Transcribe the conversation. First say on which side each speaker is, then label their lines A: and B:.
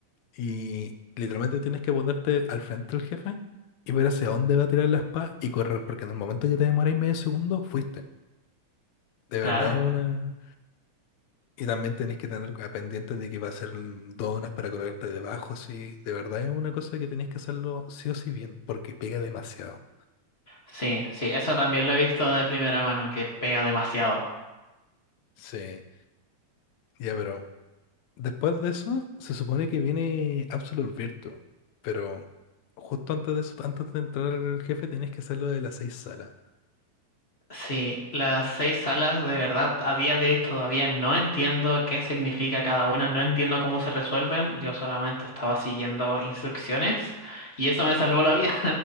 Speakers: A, on the left; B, on the left.
A: y literalmente tienes que ponerte al frente del jefe y ver hacia dónde va a tirar la espada y correr, porque en el momento que te demoráis medio segundo, fuiste. De
B: Claro.
A: verdad es una, Y también tenés que tener a pendiente de que va a ser donas para colgarte debajo, así. De verdad es una cosa que tenés que hacerlo sí o sí bien, porque pega demasiado.
B: Sí, sí, eso también lo he visto de primera mano, que pega demasiado.
A: Sí, ya, pero después de eso se supone que viene Absolute Virtue, pero justo antes de eso, antes de entrar al jefe, tenés que hacer lo de las seis salas.
B: Sí, las seis salas de verdad a día de hoy todavía no entiendo qué significa cada una, no entiendo cómo se resuelven, yo solamente estaba siguiendo instrucciones y eso me salvó la vida.